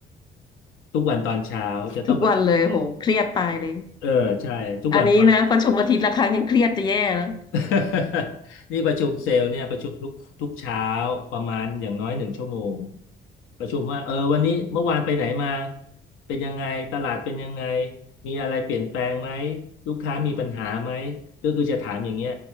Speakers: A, on the left; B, on the left.
A: ทุกวันตอนเช้าจะต้องประชุม
B: ทุกวันเลยโหเครียดตายเลย
A: เออใช่ทุกวันตอน
B: อันนี้นะประชุมอาทิตย์ละครั้งยังเครียดจะแย่แล้ว
A: <laughs> นี่ประชุมเซลล์เนี่ยประชุมทุกทุกเช้าประมาณอย่างน้อยหนึ่งชั่วโมงประชุมว่าเออวันนี้เมื่อวานไปไหนมาเป็นยังไงตลาดเป็นยังไงมีอะไรเปลี่ยนแปลงไหมลูกค้ามีปัญหาไหมก็คือจะถามอย่างเงี้ย